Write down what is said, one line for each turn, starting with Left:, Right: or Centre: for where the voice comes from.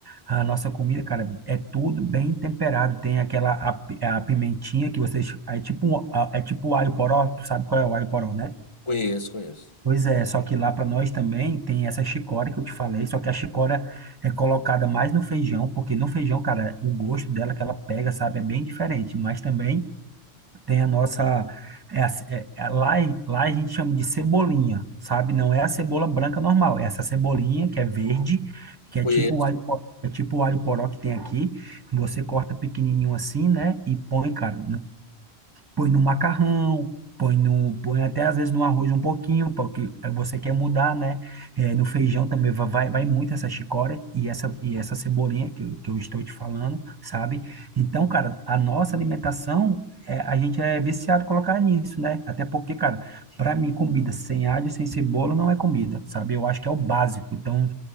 Right: a nossa comida, cara, é tudo bem temperado. Tem aquela, a, pi- a pimentinha que vocês, é tipo, um- a- é tipo o alho poró, tu sabe qual é o alho poró, né?
Left: Conheço, conheço.
Right: Pois é, só que lá para nós também tem essa chicória que eu te falei, só que a chicória é colocada mais no feijão, porque no feijão, cara, o gosto dela que ela pega, sabe, é bem diferente, mas também tem a nossa, é a ce- é- é- lá, lá a gente chama de cebolinha, sabe, não é a cebola branca normal, é essa cebolinha que é verde, que
Left: Conheço.
Right: é tipo o alho, po- é tipo o alho poró que tem aqui, você corta pequenininho assim, né, e põe, cara, põe no macarrão, põe no, põe até às vezes no arroz um pouquinho, porque você quer mudar, né? É, no feijão também va- vai, vai muito essa chicória e essa, e essa cebolinha que, eu- que eu estou te falando, sabe? Então, cara, a nossa alimentação, é, a gente é viciado em colocar nisso, né? Até porque, cara, para mim, comida sem alho, sem cebola não é comida, sabe? Eu acho que é o básico. Então,